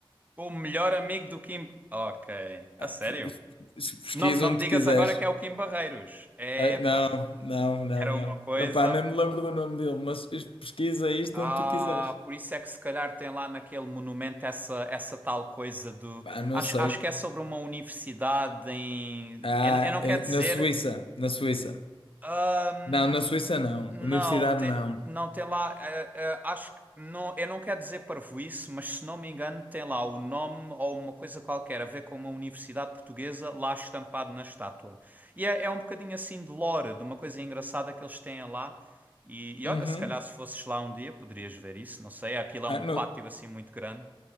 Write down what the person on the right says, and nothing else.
O melhor amigo do Kim... Ok, a
sério?
Não, não
me digas
agora que é o Kim Barreiros. Epá,
era
uma coisa...
Ah,
por isso é que se calhar tem lá naquele monumento essa, essa tal coisa do...
Acho,
acho que é sobre uma universidade em...
Eu, não- eu não quero
dizer...
Ahn,
não,
tem,
não tem lá. eh, eh, acho que não, eu não quero dizer parvoíce, mas se não me engano, tem lá o nome ou uma coisa qualquer a ver com uma universidade portuguesa lá estampado na estátua. E é, é um bocadinho assim de lore, de uma coisa engraçada que eles têm lá. E, e
olha, se calhar se fosses lá um dia poderias ver isso, não sei. Aquilo é
um
pátio assim muito grande.